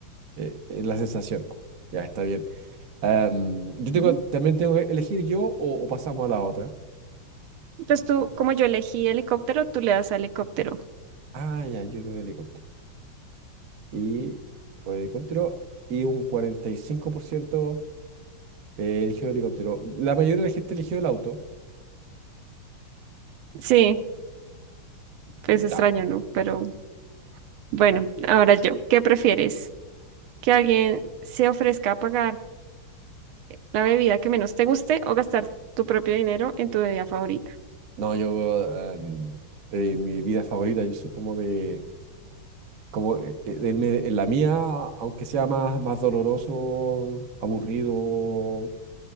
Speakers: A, on the right (about 55°); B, on the right (about 85°).
A: eh, es la sensación. Ya está bien. Am, yo
B: <laughs>
A: tengo,
B: Ujú.
A: también tengo que elegir yo o, o pasamos a la otra.
B: Entonces tú, como yo elegí helicóptero, tú le das a helicóptero.
A: Ah, ya, yo el helicóptero. Y por helicóptero y un cuarenta y cinco por ciento Eh, eligió el helicóptero. La mayoría de la gente eligió el auto.
B: Sí, pues
A: Ya.
B: extraño, ¿no? Pero bueno, ahora yo, ¿qué prefieres? ¿Que alguien se ofrezca a pagarte la bebida que menos te guste o gastar tu propio dinero en tu bebida favorita?
A: No, yo, em, eh, mi vida favorita, yo soy como de, como eh, eh, del me- en la mía, aunque sea más, más doloroso, aburrido